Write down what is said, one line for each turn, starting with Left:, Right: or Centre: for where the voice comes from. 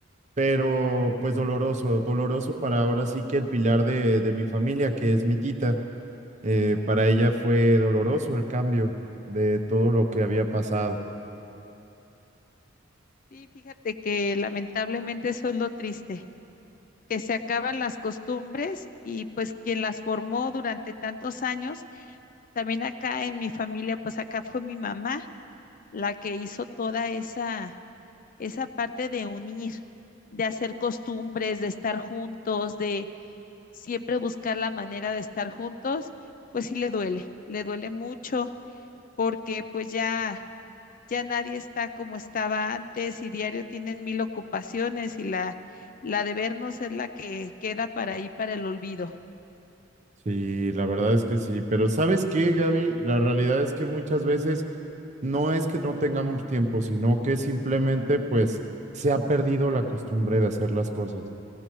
Right: pero pues doloroso, doloroso para ahora sí que el pilar de, de mi familia, que es mi tita, eh, para ella fue doloroso el cambio de todo lo que había pasado.
Left: Sí, fíjate que lamentablemente eso es lo triste, que se acaban las costumbres y pues quien las formó durante tantos años, también acá en mi familia, pues acá fue mi mamá la que hizo toda esa esa parte de unir, de hacer costumbres, de estar juntos, de siempre buscar la manera de estar juntos, pues sí le duele, le duele mucho porque pues ya ya nadie está como estaba antes y diario tienen mil ocupaciones y la la de vernos es la que queda para ahí para el olvido.
Right: Sí, la verdad es que sí, pero ¿sabes qué, Gaby? La realidad es que muchas veces no es que no tengamos tiempo, sino que simplemente pues se ha perdido la costumbre de hacer las cosas.